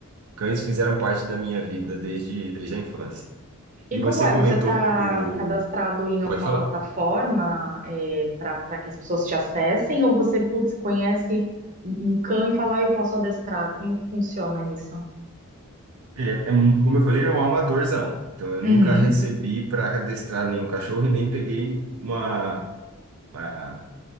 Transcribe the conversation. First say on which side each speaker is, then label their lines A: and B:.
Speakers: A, on the right; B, on the right.
A: cães fizeram parte da minha vida desde, desde a infância.
B: E
A: E
B: como
A: você
B: é?
A: comentou
B: Você está
A: do.
B: cadastrado em alguma
A: Pode falar.
B: plataforma para para que as pessoas te acessem? Ou você, putz, conhece um um cão e fala, "Ah, eu posso adestrar? Como que funciona isso?
A: É, é um- como eu falei, é um amadorzão. Então, eu
B: Uhum,
A: nunca recebi para adestrar nenhum cachorro e nem peguei uma, uma